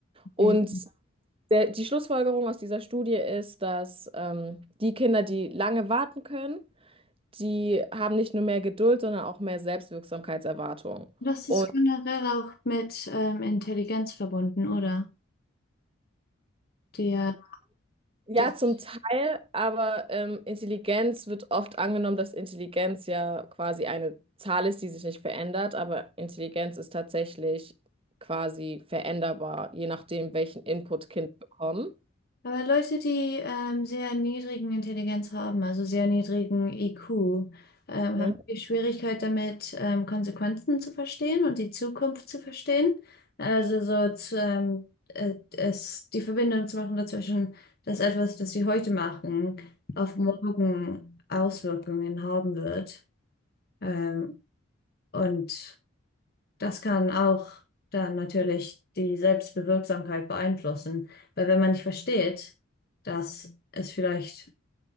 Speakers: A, on the left (about 50°); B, on the right (about 25°).
A: Okay.
B: Und der, die Schlussfolgerung aus dieser Studie ist, dass ähm, die Kinder, die lange warten können, die haben nicht nur mehr Geduld, sondern auch mehr Selbstwirksamkeitserwartung.
A: Das
B: Und
A: ist generell auch mit ähm, Intelligenz verbunden, oder? Die, ja,
B: Ja,
A: das.
B: zum Teil, aber ähm, Intelligenz wird oft angenommen, dass Intelligenz ja quasi eine Zahl ist, die sich nicht verändert, aber Intelligenz ist tatsächlich quasi veränderbar, je nachdem, welchen Input Kinder bekommen.
A: Aber Leute, die ähm, sehr niedrigen Intelligenz haben, also sehr niedrigen IQ, ähm,
B: Mhm.
A: haben viel Schwierigkeit damit, ähm, Konsequenzen zu verstehen und die Zukunft zu verstehen. Also so zu, ähm, äh, es, die Verbindung zu machen dazwischen, dass etwas, das sie heute machen, auf morgen Auswirkungen haben wird. Ähm, und das kann auch dann natürlich die Selbstbewirksamkeit beeinflussen, weil wenn man nicht versteht, dass es vielleicht